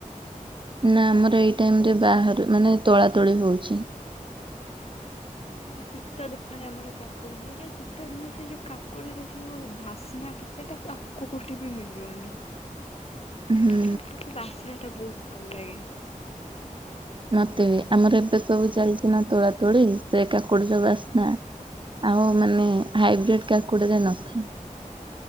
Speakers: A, on the right; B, on the left.
A: ନା ଆମର ଏଇ
B: ଆମ
A: ଟାଇମ
B: ଏପଟେ
A: ରେ ବାହାରୁ, ମାନେ ତୋଳା ତୋଳି ହଉଚି। <inaudible>
B: ନା ଶୀତ ଦିନରେ ଆମର କାକୁଡ଼ି ହୁଏ, ଯେଉ ଶୀତ ଦିନ ସେ ଯଉ କାକୁଡ଼ିର ଯଉ ବାସ୍ନାଟା, ସେଇଟା ଆଉ କୋଉଠି ବି ମିଳିବନି।
A: <inaudible> ହୁଁ।
B: ମତ ସେ ବାସ୍ନା ଟା ବହୁତ ଭଲ ଲାଗେ।
A: ମତେ ବି, ଆମର ଏବେ ସବୁ ଚାଲିଚି ନା ତୋଳା ତୋଳି, ସେ କାକୁଡିର ବାସ୍ନା ଆଉ ମାନେ ହାଇବ୍ରେଡ କାକୁଡ଼ି ରେ ନଥାଏ।